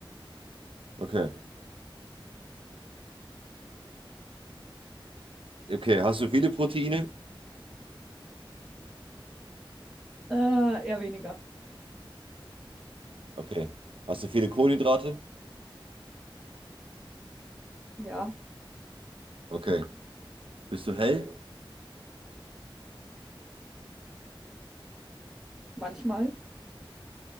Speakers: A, on the right (about 80°); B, in the centre.
A: Okay. Okay, hast du viele Proteine?
B: Äh, eher weniger.
A: Okay. Hast du viele Kohlenhydrate?
B: Ja,
A: Okay. Bist du hell?
B: manchmal.